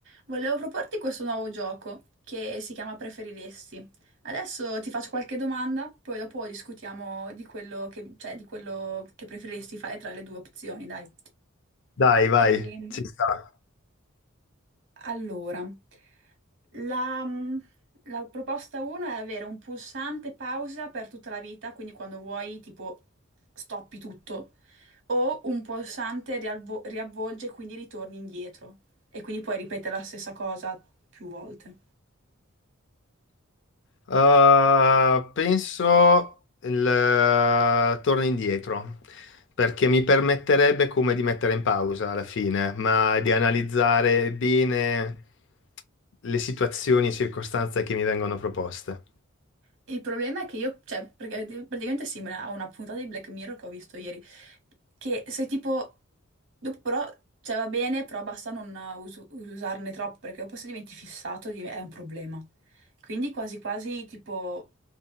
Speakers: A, on the right (about 60°); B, on the left (about 60°).
A: Volevo proporti questo nuovo gioco che si chiama Preferiresti. Adesso ti faccio qualche domanda, poi dopo discutiamo di quello che, cioè, di quello che preferiresti fare tra le due opzioni, dai.
B: Dai, vai,
A: E,
B: ci sta.
A: allora, la, mm, la proposta 1 è avere un pulsante pausa per tutta la vita, quindi quando vuoi, tipo, stoppi tutto, o un pulsante rialvo- riavvolge e quindi ritorni indietro. E quindi puoi ripetere la stessa cosa più volte.
B: Uh, penso il eh, torno indietro, perché mi permetterebbe come di mettere in pausa alla fine, ma di analizzare bene le situazioni e circostanze che mi vengono proposte.
A: Il problema è che io, cioè, perché praticamente è simile a una puntata di Black Mirror che ho visto ieri, che sei tipo, dopo però, cioè va bene, però basta non usu- usarne troppo, perché dopo se diventi fissato div- è un problema. Quindi quasi quasi tipo,